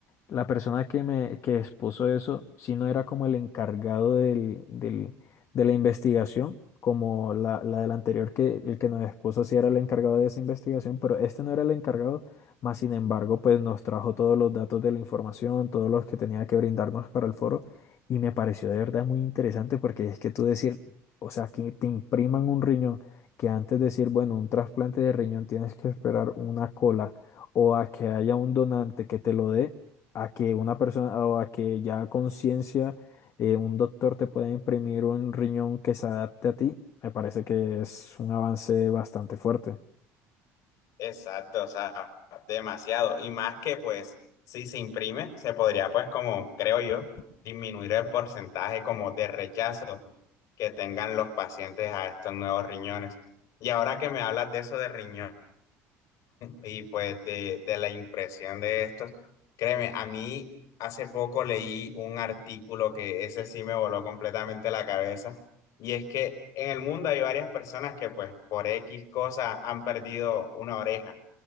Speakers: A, on the left; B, on the left.
A: la persona que me que expuso eso, si no era como el encargado del, del- de la investigación, como la, la del anterior, que el que nos expuso sí era el encargado de esa investigación, pero este no era el encargado, más sin embargo, pues nos trajo todos los datos de la información, todos los que tenía que brindarnos para el foro, y me pareció de verdad muy interesante porque es que tú decir, o sea, que te impriman un riñón, que antes de decir, bueno, un trasplante de riñón tienes que esperar una cola o a que haya un donante que te lo dé a que una persona o a que ya a conciencia eh, un doctor te pueda imprimir un riñón que se adapte a ti, me parece que es un avance bastante fuerte.
B: Exacto, o sea, demasiado. Y más que pues, si se imprime, se podría pues como, creo yo, disminuir el porcentaje como de rechazo que tengan los pacientes a estos nuevos riñones. Y ahora que me hablas de eso de riñón y pues de, de la impresión de estos, créeme, a mí hace poco leí un artículo que ese sí me voló completamente la cabeza. Y es que en el mundo hay varias personas que pues por X cosa han perdido una oreja.